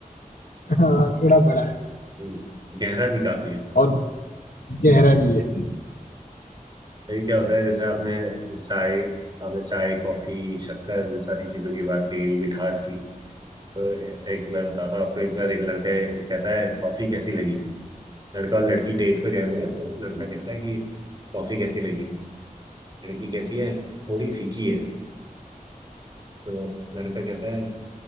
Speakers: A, on the left (about 80°); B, on the right (about 30°).
A: हाँ थोड़ा बड़ा है
B: हम्म, गहरा भी काफी है
A: और गहरा भी है
B: ये क्या होता है जैसे आपने जो चाय आपने चाय कॉफी शक्कर इन सारी चीजों की बात की मिठास की तो एक मैं बताता हूँ आपको एक बार एक लड़का कहता है कॉफी कैसी लगी लड़का और लड़की डेट पे गए हुए हैं तो लड़का कहता है कि कॉफी कैसी लगी लड़की कहती है थोड़ी फीकी है तो लड़का कहता है